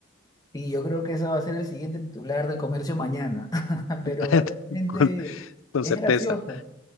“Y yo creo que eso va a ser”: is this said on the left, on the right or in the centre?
Left